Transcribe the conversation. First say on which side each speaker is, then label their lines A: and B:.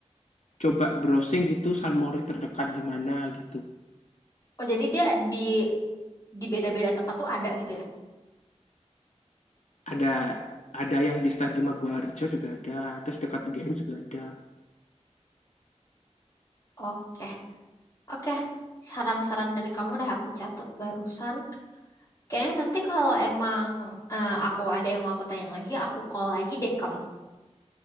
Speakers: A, on the left; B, on the left.
A: coba browsing gitu Sunmori terdekat di mana gitu.
B: oh jadi dia di di beda-beda tempat tuh ada gitu ya?
A: Ada ada yang di Stadion Maguwarjo juga ada, terus dekat UGM juga ada.
B: Oke, Oke, saran-saran dari kamu udah aku catat barusan. Kayaknya nanti kalau emang eh, aku ada yang mau aku tanyain lagi, aku call lagi deh kamu.